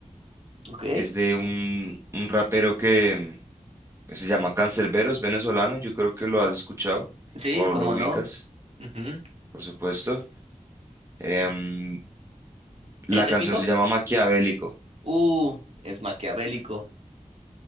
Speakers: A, on the right; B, on the right.
A: Ok.
B: es de un, un rapero que, em, que se llama Canserbero, es venezolano, yo creo que lo has escuchado
A: Sí,
B: o
A: cómo
B: lo ubicas,
A: no. Ujú.
B: por supuesto. Em, la
A: ¿Es épico?
B: canción se llama Maquiavélico,
A: Uh, es maquiavélico.